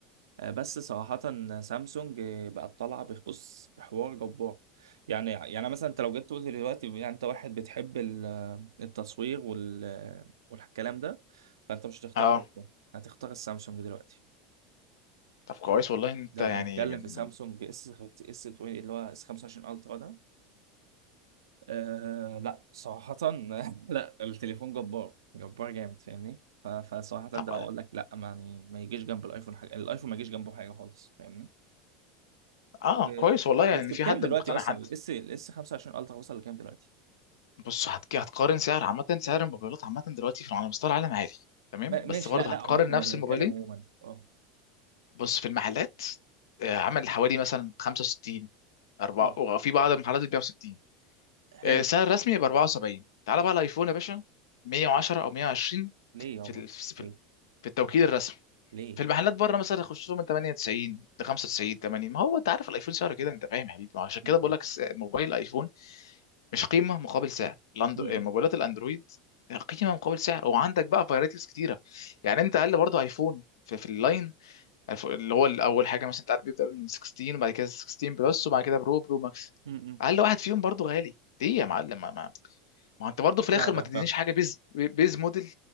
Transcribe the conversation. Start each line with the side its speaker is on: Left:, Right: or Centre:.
Right: آه، بس صراحة سامسونج آه، بقت طالعة بص بحوار جبار يعني يعني مثلا انت لو جيت تقول لي دلوقتي يعني انت واحد بتحب ال- التصوير وال والكلام ده فانت مش هتختار
Left: اه
Right: ايفون هتختار السامسونج دلوقتي
Left: طب كويس والله إن انت
Right: لو
Left: يعني
Right: بنتكلم
Left: من
Right: في سامسونج
Left: من
Right: اس اس 20 اللي هو اس 25 الترا ده أه لا صراحة <laughs> لا التليفون جبار جبار جامد فاهمني ف- فصراحة ده
Left: طب
Right: اقول لك لا ما يعني ما يجيش جنب الايفون حاجة الايفون ما يجيش جنبه حاجة خالص فاهمني
Left: اه
Right: و...
Left: كويس والله يعني
Right: بس
Left: ان في
Right: بكام
Left: حد
Right: دلوقتي
Left: مقتنع
Right: اصلا
Left: حد
Right: الاس الاس 25 الترا وصل لكام دلوقتي
Left: بص هتك... هتقارن سعر عامة سعر الموبايلات عامة دلوقتي في على مستوى العالم عالي تمام
Right: ما... ماشي
Left: بس برضه
Right: لا لا
Left: هتقارن
Right: عموما انا
Left: نفس الموبايلين
Right: بتكلم عموما اه
Left: بص في المحلات آه، عامل حوالي مثلا 65 أربعة
Right: اه
Left: وفي بعض المحلات بتبيع 60
Right: حلو
Left: آه، سعر رسمي ب 74 تعال بقى على الايفون يا باشا 110 او 120
Right: ليه يابا
Left: في ال- في
Right: ليه
Left: ال- في التوكيل
Right: ليه
Left: الرسمي
Right: ليه
Left: في المحلات بره مثلا يخش لهم من 98 ل 95 80 ما هو انت عارف الايفون سعره كده انت فاهم يا حبيبي ما هو عشان كده
Right: م-
Left: بقول
Right: م-
Left: لك س- موبايل ايفون مش قيمه مقابل سعر الأند-
Right: م-
Left: موبايلات الاندرويد قيمه مقابل سعر وعندك بقى فرايتيز كتيره يعني انت اقل برضه ايفون في, في اللاين الف- اللي هو اول حاجه مثلا انت عارف بيبدا من 16 وبعد كده 16 بلس وبعد كده برو برو ماكس
Right: م- م-
Left: اقل واحد فيهم برضه غالي ليه يا معلم ما, ما, ما انت برضه في الاخر
Right: فاهمك
Left: ما تدينيش
Right: فاهمك
Left: حاجه بيز بيز موديل